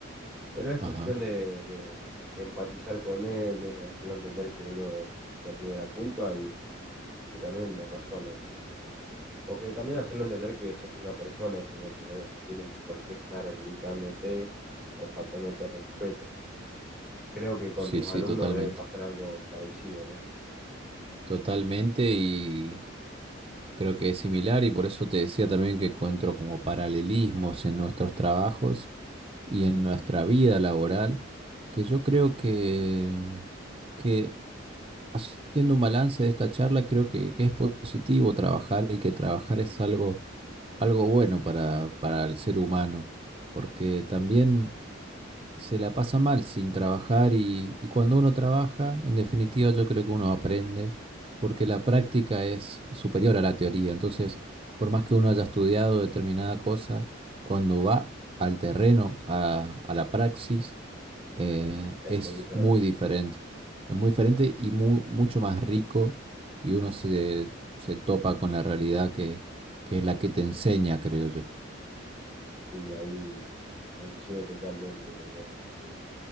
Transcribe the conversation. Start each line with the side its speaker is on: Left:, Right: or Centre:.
Centre: Pero es cuestión
Right: Ajá.
Centre: de, de- de empatizar con ellos, de hacerlo entender que uno no tiene la culpa y, y también de razón. O que también hacerlo entender que sos una persona y que no, tener- no tienen por qué estar gritándote o faltándote respeto. Creo que con
Right: Sí,
Centre: tus
Right: sí,
Centre: alumnos
Right: totalmente.
Centre: debe pasar algo parecido, ¿no?
Right: Totalmente Creo que es similar y por eso te decía también que encuentro como paralelismos en nuestros trabajos y en nuestra vida laboral, que yo creo que, que haciendo un balance de esta charla, creo que, que es positivo trabajar y que trabajar es algo, algo bueno para, para el ser humano, porque también se la pasa mal sin trabajar y, y cuando uno trabaja, en definitiva yo creo que uno aprende porque la práctica es superior a la teoría. Entonces, por más que uno haya estudiado determinada cosa, cuando va al terreno, a, a la praxis, eh,
Centre: Es
Right: es
Centre: muy diferente.
Right: muy diferente. Es muy diferente y mu- mucho más rico y uno se, se topa con la realidad que, que es la que te enseña, creo yo.
Centre: Sí, ahí coincido totalmente con vos, porque